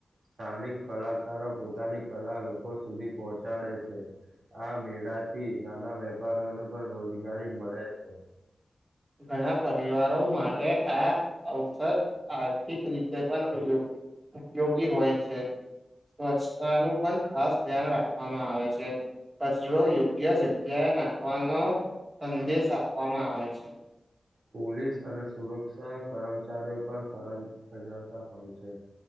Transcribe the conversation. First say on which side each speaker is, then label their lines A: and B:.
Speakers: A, on the right; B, on the right.
A: સ્થાનિક કલાકારો પોતાની કલા લોકો સુધી પહોંચાડે છે. આ મેળાથી નાના વેપારીઓને પણ રોજગારી મળે છે.
B: ઘણા પરિવારો માટે આ અવસર આર્થિક રીતે પણ ઉ ઉપયોગી હોય છે. સ્વચ્છતા નું પણ ખાસ ધ્યાન રાખવામાં આવે છે. કચરો યોગ્ય જગ્યાએ નાખવાનો સંદેશ આપવામાં આવે છે.
A: પોલીસ અને સુરક્ષા કર્મચારીઓ પણ ફરજ બજાવતા હોય છે.